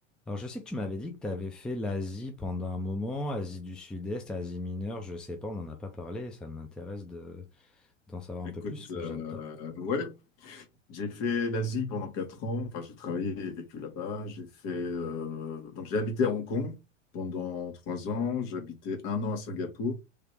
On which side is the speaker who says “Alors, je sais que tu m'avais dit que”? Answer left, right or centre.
Centre